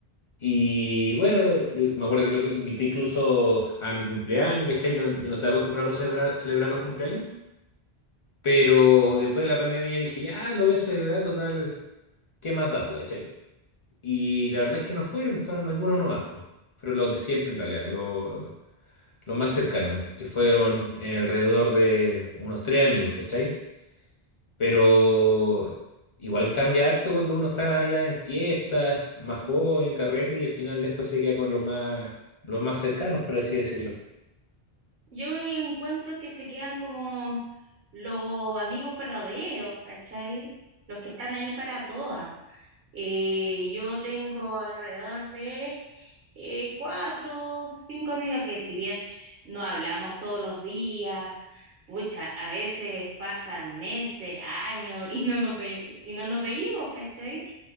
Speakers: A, on the left; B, on the right.
A: Y bueno, lo- me acuerdo que lo invité incluso a mi cumpleaños, ¿cachai? Yo, yo no estaba acostumbrado a celebrar, celebrar los cumpleaños, pero después de la pandemia dije, ya, lo voy a celebrar total, ¿qué más da, po, cachai? Y la verdad es que no fueron, fueron algunos nomás, po. Fueron los de siempre en realidad, los... Lo más cercano, eh, que fueron eh, alrededor de unos tres amigos, ¿cachai? Pero igual cambia harto cuando uno está ya en fiestas, más joven, carrete, y al final después se queda con los más, los más cercanos, por así decirlo.
B: Yo encuentro que se quedan como los amigos verdaderos, ¿cachai? Los que están ahí para todas. Eh, yo tengo alrededor de eh, cuatro, cinco amigas que si bien no hablamos todos los días, pucha, a veces pasan meses, años y no nos ve- y no nos veíamos, ¿cachai?